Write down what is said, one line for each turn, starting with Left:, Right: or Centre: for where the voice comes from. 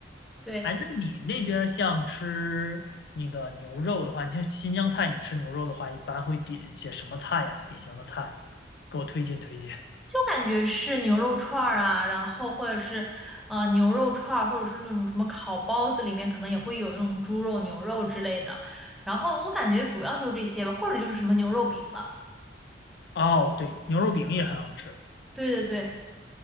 Centre: 对，
Left: 哎，那你那边儿像吃那个牛肉的话，你像新疆菜，你吃牛肉的话，一般会点些什么菜呀？典型的菜，给我推荐推荐。
Centre: 就感觉是牛肉串儿啊，然后或者是呃牛肉串儿，或者是那种什么烤包子，里面可能也会有那种猪肉、牛肉之类的。然后我感觉主要就是这些吧，或者就是什么牛肉饼了。
Left: 哦，对，牛肉饼也很好吃
Centre: 对对对，